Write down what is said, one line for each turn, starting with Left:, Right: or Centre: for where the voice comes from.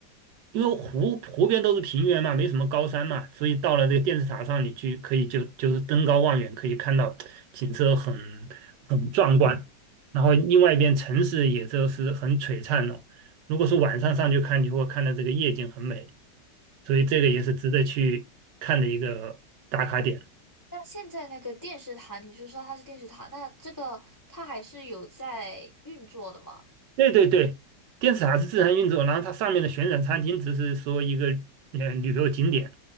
Right: 因为湖湖边都是平原嘛，没什么高山嘛，所以到了这个电视塔上，你去可以就就是登高望远，可以看到景色很很壮观。然后另外一边城市也就是很璀璨哦。如果是晚上上去看，你会看到这个夜景很美，所以这个也是值得去看的一个打卡点。
Left: 那现在那个电视塔，你是说它是电视塔？那这个它还是有在运作的吗？
Right: 对对对，电视塔是自然运作，然后它上面的旋转餐厅只是说一个呃旅游景点，